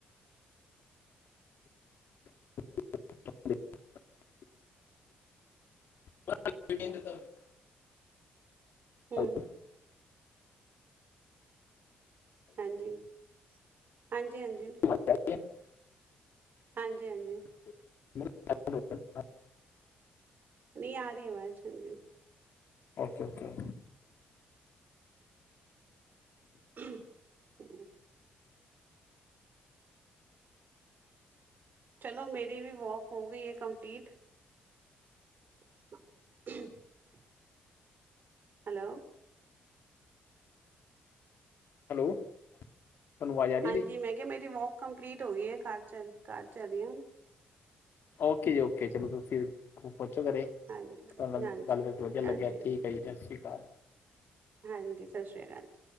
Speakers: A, on the left (about 65°); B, on the right (about 55°).
A: <inaudible> <unintelligible>
B: ਹੂੰ
A: ਹੈਲੋ।
B: ਹਾਂਜੀ-ਹਾਂਜੀ, ਹਾਂਜੀ।
A: <inaudible>
B: ਹਾਂਜੀ-ਹਾਂਜੀ।
A: <inaudible>
B: ਨਹੀਂ ਆ ਰਹੀ ਆਵਾਜ਼ <unintelligible>
A: ਓਕੇ-ਓਕੇ
B: ਹੂੰ, <unintelligible> ਚਲੋ ਮੇਰੀ ਵੀ, ਵੋਕ ਹੋ ਗਈ ਹੈ, ਕੰਪਲੀਟ। ਹ <inaudible> ਹੈਲੋ
A: ਹੈਲੋ ਤੁਹਾਨੂੰ ਆਵਾਜ਼ ਆ ਰਹੀ
B: ਹਾਂਜੀ
A: ਮੇਰੀ
B: ਮੈਂ ਕਿਹਾ ਮੇਰੀ ਵਾਕ ਕੰਪਲੀਟ ਹੋ ਗਈ ਹੈ ਘਰ ਚੱਲ ਘਰ ਚਲੀਏ ਹੁਣ।
A: ਓਕੇ ਜੀ ਓਕੇ ਚਲੋਂ ਫਿਰ ਪਹੁੰਚੋ ਘਰੇ
B: ਹਾਂਜੀ
A: ਤੁਹਾਡੇ ਨਾਲ
B: ਹਾਂਜੀ
A: ਗੱਲ ਕਰਕੇ ਵਧੀਆ ਲੱਗਿਆ,
B: ਹਾਂਜੀ ਹਾਂਜੀ
A: ਠੀਕ ਹੈ ਜੀ ਸਸ ਸ਼੍ਰ ਕਾਲ।
B: ਹਾਂਜੀ ਸਸ ਸ੍ਰੀ ਕਾਲ।